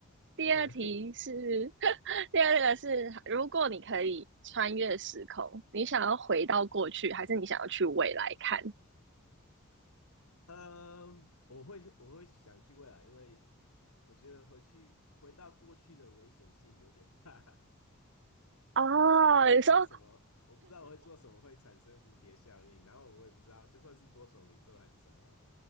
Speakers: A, on the right; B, on the left.
A: 第二题是
B: OK，
A: <laughs> 第二个是，如果你可以穿越时空，你想要回到过去，还是你想要去未来看？
B: 嗯，我会我会想去未来，因为我觉得回去回到过去的危险性有点大。<laughs>
A: 哦，
B: 我不知道我会做什么，
A: 你说
B: 我不知道我会做什么会产生蝴蝶效应，然后我也不知道，就算是多重宇宙还是什么，